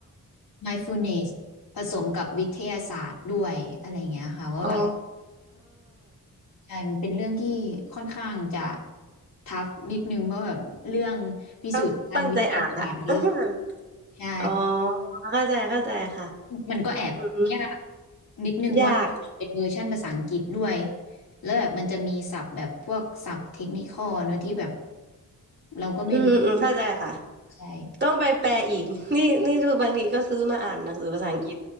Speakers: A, on the left; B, on the right.
A: mindfulness ผสมกับวิทยาศาสตร์ด้วยอะไรอย่างเงี้ยค่ะว่าแบบ
B: อ๋อ
A: ใช่มันเป็นเรื่องที่ค่อนข้างจะทัฟนิดนึงเพราะแบบเรื่องพิสูจน์ทางวิทยาศาสตร์เยอะ
B: ตั้งตั้งใจอ่านละ <laughs>
A: ใช่
B: อ๋อเข้าใจเข้าใจค่ะ
A: มันก็แอบยาก
B: อืม
A: นิดนึงเพราะเราเป็นเวอร์ชันภาษาอังกฤษด้วย
B: ยาก
A: แล้วแบบมันจะมีศัพท์แบบพวกศัพท์เทคนิคอลเนอะที่แบบเราก็ไม่รู้
B: อืมอืมเข้าใจค่ะ
A: ใช่
B: ต้องไปแปลอีก <laughs> นี่นี่คือบางทีก็ซื้อมาอ่านหนังสือภาษาอังกฤษ